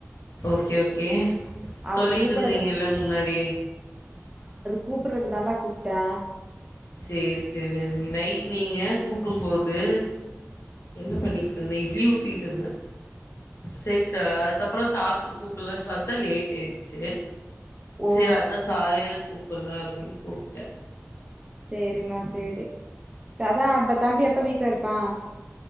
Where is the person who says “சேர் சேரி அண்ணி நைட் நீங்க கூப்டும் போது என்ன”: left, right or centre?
Left